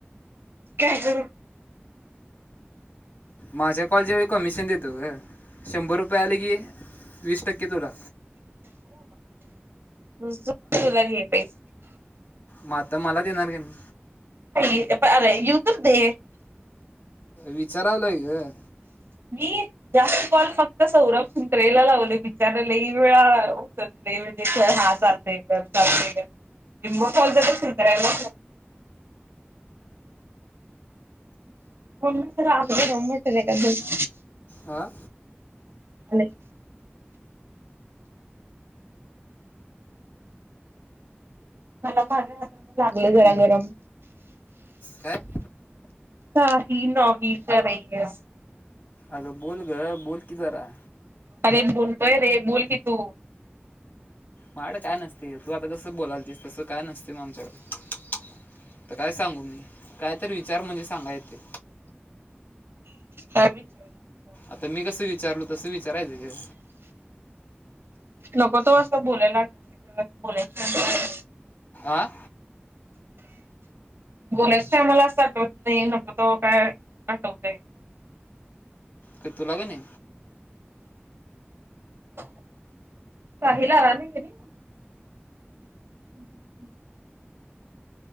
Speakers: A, on the right; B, on the left.
A: काय करू?
B: माझ्या काॅलचेवेळी कमिशन देतो गं शंभर रुपये आले की वीस टक्क कि तुला.
A: नुस्तं तुला घे पैशे.
B: म आत्ता मला देणार क नी?
A: इ एप आर आय येऊ तर दे.
B: विचारालोय गं.
A: मी जास्त कॉल फक्त सौरभ सुंत्रेला लावले बिचारं लई वेळा हां चालतंय कर चालतंय गं. निम्मं कॉल तर त्या सांत्र्याला <inaudible> ममी जरा अंग गरम वाटलंय काय बग.
B: हा
A: नई <inaudible> मला माझ्या हाताला लागलं जरा गरम.
B: काय
A: काही नाही करायल्या.
B: अगं बोल गं, बोल की जरा.
A: अरे बोलतोय रे, बोल की तू.
B: मायाडं काय नसते, तू आता कसं बोलालतीस, तसं काय नसते म आमच्याडं. आता काय सांगू मी? कायतर विचार म्हणजे सांगाय येतंय.
A: काय विचारणार?
B: आता मी कसं विचारलो तसं विचारायचं ग?
A: नको तवा असं बोलायला आठवतय, तुला बोलायच्या टाईमिंगला
B: आं.
A: बोलायच्या टायमाला असं आठवत नाही नको तवा काय आठवतय?
B: क तुला कणी
A: साहिल आला नाही काय रे? <inaudible>